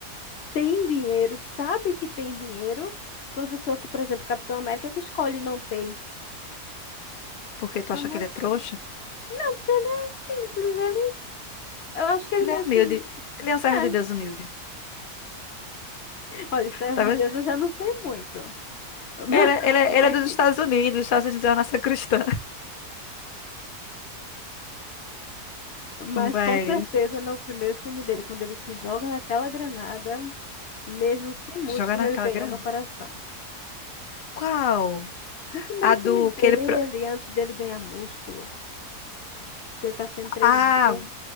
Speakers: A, on the left; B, on the left.
A: tem dinheiro, sabe que tem dinheiro, por uma pessoa que, por exemplo, Capitão América, que escolhe não ter.
B: Porque
A: Capitão
B: tu acha
A: América,
B: que ele é trouxa?
A: não, porque ele é simples. Ele, eu acho que ele
B: Ele
A: meio
B: é humilde.
A: que.
B: Ele é um servo
A: É.
B: de Deus humilde.
A: Olha, servo
B: Tá
A: de
B: vendo?
A: Deus, eu já não sei muito. <laughs>
B: Ele, é- ele, é- ele
A: Mas.
B: é dos Estados Unidos, os Estados Unidos é uma nação <laughs> cristã.
A: Mas
B: Mas
A: com certeza no primeiro filme dele, quando ele se joga naquela granada, mesmo sem músculo,
B: Jogar naquela
A: ele ganhou
B: grana?
A: meu coração.
B: Qual?
A: No primeiro
B: A
A: filme
B: do
A: dele,
B: que ele. pro-
A: antes dele ganhar músculo, que ele está sendo treinado.
B: Ah,